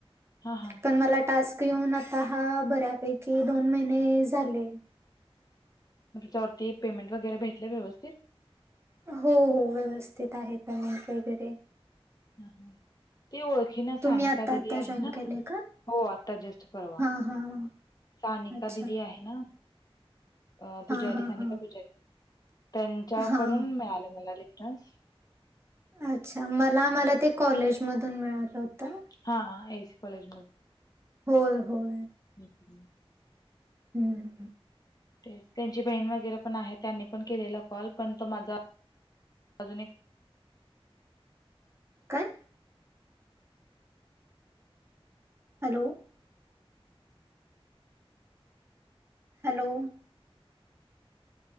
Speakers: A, on the left; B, on the right.
A: हा हा
B: पण मला टास्क घऊन आता हा बऱ्यापैकी दोन महिने झाले
A: मग त्याच्यावरती पेमेंट वगैरे भेटले व्यवस्थित
B: हो हो व्यवस्थित आहे पमट वगैरे.
A: हम् हम् ते ओळखीन
B: तुम्ही
A: सानिका
B: आत्ता
A: दिदी
B: आत्ता
A: आहे
B: जॉईन
A: ना
B: केलंय का?
A: हो आता जस्ट करवा
B: हां, हां.
A: सानिका
B: अच्छा.
A: दिदी आहे ना अ
B: हां,
A: पुजारी
B: हां,
A: सानिका
B: हां.
A: पुूजारी त्यांच्याकडून
B: हां.
A: मिळालं मला रेफरनस
B: अच्छा मला मला ते कॉलेज ध मिळालं होतं
A: हा एसी कॉलेज
B: होय होय.
A: भेटले
B: हम्म
A: ते त्यांची बहीण वगैरे पण आहे त्यांनी पण केलेला कॉल पण त माझा अजून एक
B: काय हॅलो हॅलो